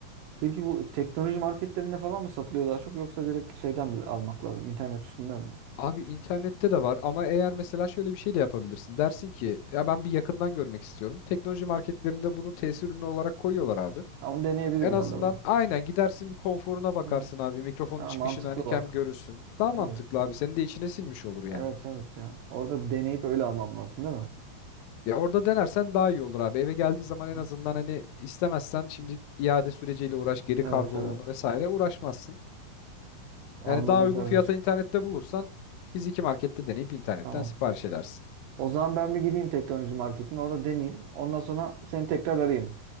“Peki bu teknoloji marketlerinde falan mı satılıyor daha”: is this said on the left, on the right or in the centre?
Right